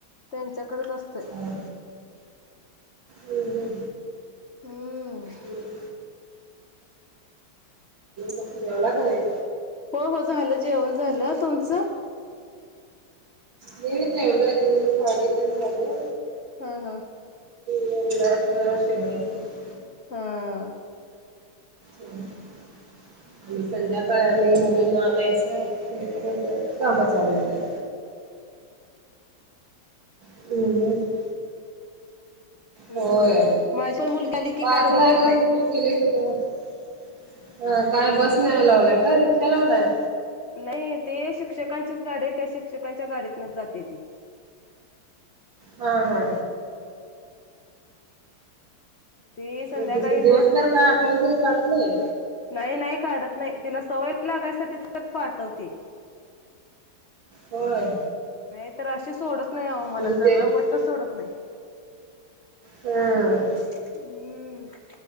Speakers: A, on the left; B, on the right.
A: त्यांच्याकडच असतय.
B: हम्म हम्म
A: हू!
B: हम्म <unintelligible> जेवला का नाही?
A: हो हो झालं जेवण झालं तुमचं?
B: मी जेवलो जेवून भांडी तेन झाले.
A: हा हा!
B: <unintelligible>
A: हा!
B: आणि संध्याकाळ आणि मुलींना आणायचं. हे करायच काम चालू होत्यात. <unintelligible>
A: हम्म
B: होय
A: माझी पण मुलगी आली की
B: पाच
A: काय करू
B: ला
A: देत
B: एकदा
A: नाही.
B: सुट्टी केले <unintelligible> ह काय बस न्याया लावलाय काय, रिक्षा लावलाय?
A: नाही ते शिक्षकांचीच गाडी ये त्या शिक्षकांच्या गाडीतन च जाते येती.
B: हा हा!
A: ती संध्याकाळी
B: दिवसभर काय <unintelligible>
A: नाही नाही काढत नाही, तिला सवय लागायसाठी तर पाठवते.
B: होय.
A: नाही तर अशी सोडत नाही आओ मला
B: म्हणजे
A: जर
B: ते
A: वट्ट सोडत नाही.
B: हं!
A: हू!